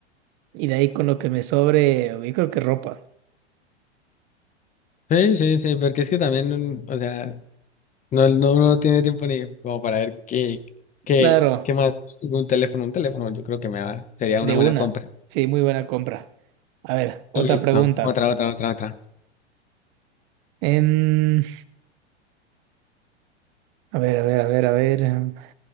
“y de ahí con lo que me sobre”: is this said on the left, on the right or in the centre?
Right